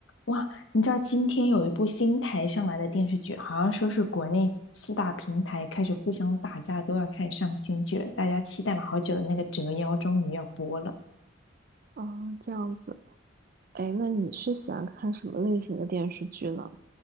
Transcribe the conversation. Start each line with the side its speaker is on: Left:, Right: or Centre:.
Left: 哇，你知道今天有一部新台上来的电视剧，好像说是国内四大平台开始互相打架，都要开始上新剧了。大家期待了好久的那个《折腰》终于要播了。
Right: 哦，这样子，哎，那你是喜欢看什么类型的电视剧呢？